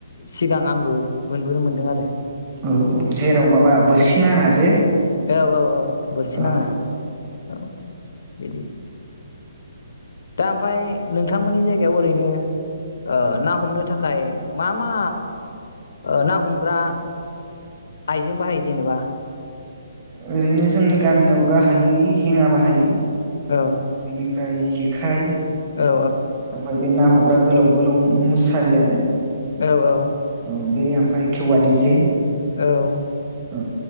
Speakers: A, on the left; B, on the right.
A: सिगां आंबो बोनबोनो मोन्दों आरो
B: औ औ जेराव माबा बोरसि नाङा जे
A: औ औ औ बोरसि
B: औ
A: नाङा औ बिदि। दा ओमफ्राय नोंथांमोननि जायगायाव ओरैनो। ओ ना हमनो थाखाय मा मा ओ ना हमग्रा आइजें बाहायो जेनेबा।
B: ओरैनो जोंनि गामियाव गाहायै हेङा बाहायो।
A: औ
B: बेनिफ्राय जेखाइ।
A: औ
B: ओमफ्राय बे ना हग्रा गोलाव गोलाव मुसारियाजे
A: औ औ।
B: औ बे ओमफ्राय खेवालि जे
A: औ
B: औ